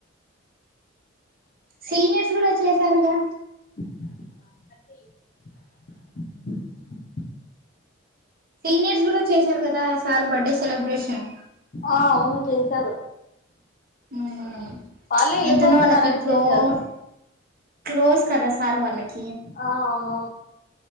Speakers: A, on the right; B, on the left.
A: సీనియర్స్ కూడా చేసారుగా
B: అ
A: సీనియర్స్ కూడా చేశారు కదా సార్ బర్త్డే సెలబ్రేషన్
B: ఆ అవును చేశారు
A: ఉమ్
B: వాళ్ళే వెళ్ళిపోతున్నారని
A: ఎంతున్న వాళ్ళకి క్లోజ్
B: చేశారు
A: క్లోజ్ కదా సార్ వాలకి
B: ఆ అవునవును